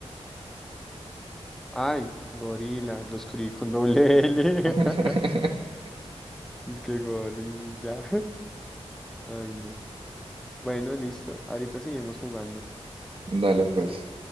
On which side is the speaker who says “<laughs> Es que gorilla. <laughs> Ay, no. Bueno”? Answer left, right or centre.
Centre